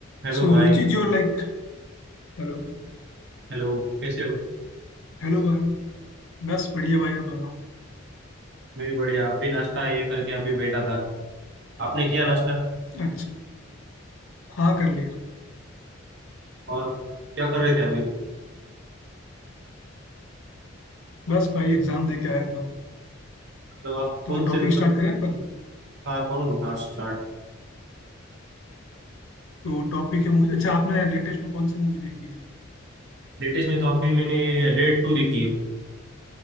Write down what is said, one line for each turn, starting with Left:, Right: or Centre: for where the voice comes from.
Right: हेलो
Left: So
Right: भाई
Left: which is your like Hello
Right: हेलो कैसे हो
Left: Hello भाई बस बढ़िया भाई आप बताओ
Right: मैं भी बढ़िया आप भी नाश्ता ये करके आप भी बैठा था आपने किया नाश्ता
Left: अच्छा हाँ कर लिया
Right: और क्या कर रहे थे अभी
Left: बस भाई एग्जाम दे के आया था
Right: मतलब आप
Left: तो
Right: कौन से
Left: टॉपिक
Right: मतलब
Left: स्टार्ट करें अपन
Right: हाँ कौन हाँ स्टार्ट
Left: तो टॉपिक है मूवी अच्छा आपने लेटेस्ट में कौन सी मूवी देखी
Right: लेटेस्ट में तो अभी मैंने रेड टू देखी है